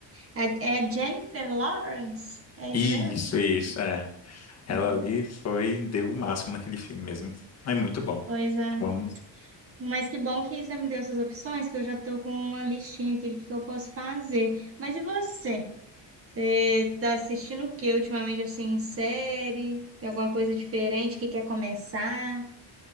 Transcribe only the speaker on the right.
é, é Jennifer Lawrence? É isso
mesmo?
Lawrence.
Pois é.
Mas que bom que você me deu essas opções, que eu já estou com uma listinha aqui do que eu posso fazer. Mas e você? Você está assistindo o que ultimamente, assim, em série? Tem alguma coisa diferente que quer começar?